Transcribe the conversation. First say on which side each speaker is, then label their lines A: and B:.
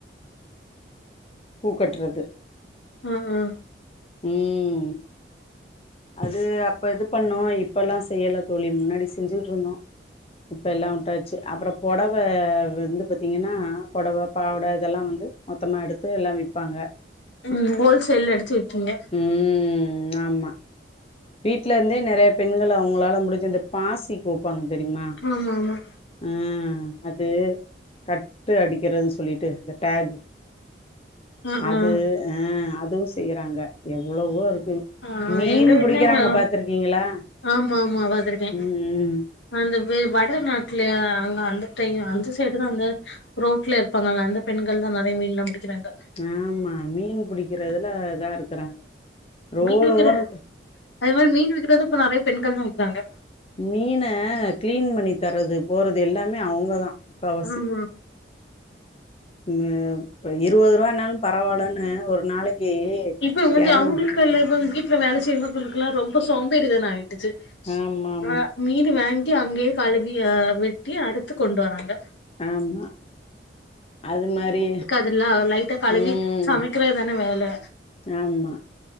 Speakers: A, on the left; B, on the left.
A: பூக்கட்டுறது
B: உம் உம்
A: உம் அது அப் அப்ப இது பண்ணோமா இப்ப எல்லாம் செய்யல தோழி முன்னாடி செஞ்சுட்டு இருந்தோம் இப்ப எல்லாம் விட்டாச்சு அப்புறம் புடவை வந்து ஏன்னா புடவை பாவடை இதெல்லாம் வந்து மொத்தமா எடுத்து எல்லாம் விப்பாங்க
B: உம் ஹோல்சேல்ல எடுத்து விக்கீங்க
A: ம் ஆமா வீட்ல இருந்தே நெறைய பெண்கள் அவங்களால முடிஞ்சு அந்த பாசிக் கோப்பாங்க தெரியுமா
B: ஆமா ஆமா
A: உம்ம் அது கட்டு அடிக்கிறதுன்னு சொல்லிட்டு இந்த டஹ்
B: ஆ
A: அது
B: ஆ
A: அ அதுவும் செய்றாங்க எவ்வளவோ இருக்கு
B: ஆ
A: மீன்
B: எங்க வீட்லயு
A: பிடிக்கிறாங்க பாத்துருக்கீங்களா
B: ஆமா ஆமா பாத்திருக்கே
A: உம் ம்
B: அந்த வே வட நாட்டுலயா அங்க அந்த டை அந்த சைடு தா அந்த ரோட்ல இருப்பாங்கல்ல அந்த பெண்கள்தா நெறைய மீன்லா புடிக்கிறாங்க
A: ஆமா மீன் புடிக்கறதுல இதா இருக்கறாங்க ரோடு
B: மீன் விக்கிற
A: ஓரத்து
B: அதே மாரி மீன் விக்றது இப்ப நெறைய பெண்கள் தா விக்கிறாங்க
A: மீன க்ளீன் பண்ணி தரது போறது எல்லாமே அவங்கதா முக்காவாசி
B: ஆமா
A: ம் இருவாது ரூவானாலு பரவாலன்னு ஒரு நாளைக்கு
B: இப்ப வந்து
A: எரநூ
B: அவங்களுக்குல்லா இப்பங்க வீட்ல வேல செய்றவங்களுக்கெல்லா ரொம்ப சோம்பேறிதான ட்டுச்சு
A: ஆமா ஆமா
B: ஆ மீனு வாங்கி அங்கயே கழுவி அ வெட்டி அருத்து கொண்டு வராங்க
A: ஆமா அது மாரி
B: அதுல்லா லைட்டா கழுவி
A: ம்
B: சமைக்குறதுதான வேல
A: ஆமா